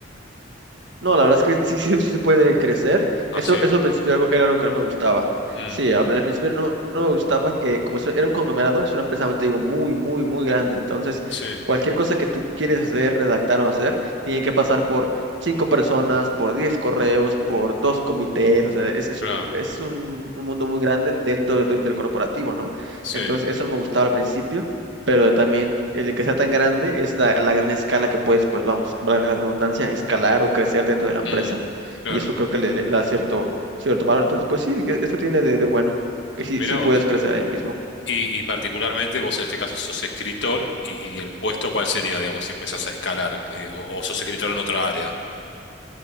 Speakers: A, on the right (about 60°); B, on the left (about 60°).
A: No, la verdad es que sí, sí, sí se puede crecer.
B: Ah,
A: Eso,
B: sí.
A: eso al principio algo- era algo que no me gustaba.
B: Mm,
A: Sí, al al principio no, no me gustaba que, como eso era un conglomerado, es una empresa, te digo, muy, muy, muy grande. Entonces,
B: sí,
A: cualquier cosa que tú quieres hacer, redactar o hacer, tiene que pasar por cinco personas, por diez correos, por dos comités. O sea, es, es,
B: claro.
A: es un, un mundo muy grande dentro de- del corporativo, ¿no?
B: Sí.
A: Entonces, eso no me gustaba al principio pero también el que sea tan grande es la, la gran escala que puedes, pues vamos, valga la redundancia, escalar o crecer dentro de la empresa,
B: mm, claro.
A: y eso creo que le, le da cierto, cierto valor. Entonces, pues sí, que esto tiene de, de bueno, que sí,
B: Mirá
A: sí puedes
B: vos.
A: crecer ahí mismo.
B: Y, y particularmente vos en este caso sos escritor y, y el puesto ¿cuál sería, digamos, si empezás a escalar? Eh, o, o sos escritor en otra área.